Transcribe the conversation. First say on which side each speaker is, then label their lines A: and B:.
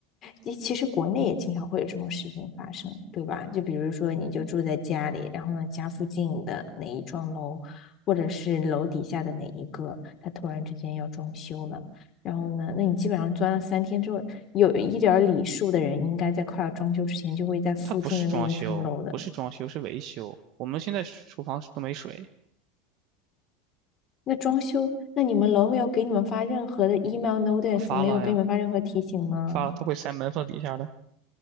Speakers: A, on the left; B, on the right.
A: 其其实国内也经常会有这种事情发生，对吧？就比如说，你就住在家里，然后呢，家附近的哪一幢楼，或者是楼底下的哪一个，他突然之间要装修了，然后呢，那你基本上钻了三天之后，有一点儿礼数的人，应该在快要装修之前，就会在附近的那一层楼的
B: 它不是装修，不是装修，是维修。我们现在厨房都没水，
A: 那装修，那你们楼没有给你们发任何的 email notice，
B: 发了呀，
A: 没有给你们发任何提醒吗？
B: 发了，它会塞门缝底下的。